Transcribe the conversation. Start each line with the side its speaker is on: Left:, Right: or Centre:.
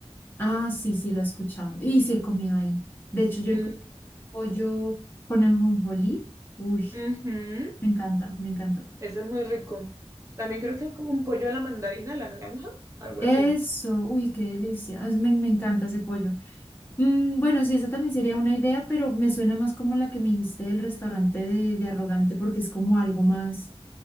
Left: Ah, sí, sí, lo he escuchado. Y sí he comido ahí. De hecho, yo he
Right: Mm,
Left: comido pollo con ajonjolí. Uy,
Right: ujú,
Left: me encanta, me encanta.
Right: Ese es muy rico. También creo que es como un pollo a la mandarina, a la naranja, algo
Left: Eso,
Right: así,
Left: uy, qué delicia. Es- me, me encanta ese pollo. Mm, bueno, sí, esa también sería una idea, pero me suena más como la que me dijiste del restaurante de, de Arrogante, porque es como algo más.